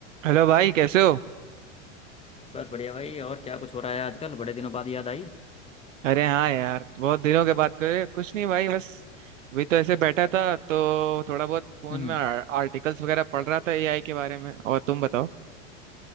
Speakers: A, on the right; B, on the left.
A: Hello भाई कैसे हो
B: बस बढ़िया भाई और क्या कुछ हो रहा है आजकल बड़े दिनों बाद याद आई
A: अरे हाँ यार बहुत दिनों के बाद करे कुछ नहीं भाई बस अभी तो ऐसे बैठा था तो थोड़ा बहुत फोन
B: हम्म
A: में आर्टिकल्स वगैरह पढ़ रहा था एआई के बारे में और तुम बताओ